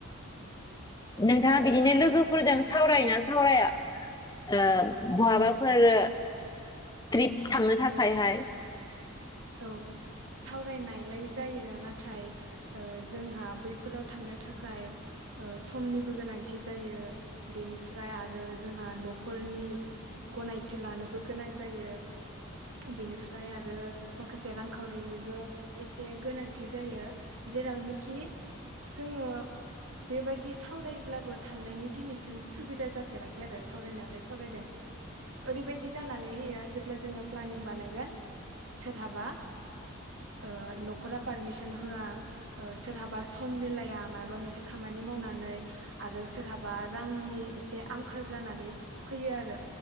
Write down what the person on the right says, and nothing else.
ओम
औ
औ सावरायनायलाय जायो नाथाय ओ जोंहा बैफोराव थांनो थाखाय ओ समनिबो गोनांथि जायो बेनिफ्राय आरो जोंहा न'खरनि गनायथि लानोबो गोनां जायो बेनिफ्राय आरो माखासे रांखावरिनिबो एसे गोनांथि जायो जेरावनोखि जोङो बेबायदि सावरायोब्लाबो थांनायनि दिनैसिम सुबिदा जाफेराखै आरो सावरायनायालाय सावरायदों। ओरैबायदि जानानै होयो जेब्ला जोङो प्लानिं बानायगोन सोरहाबा ओ नखरा पारमिसन होआ ओ सोरहाबा सम मिलाया मायबा मोनसे खामानि मावनानै आरो सोरहाबा रांनि एसे आंखाल‌ जानानै फैयो‌ आरो।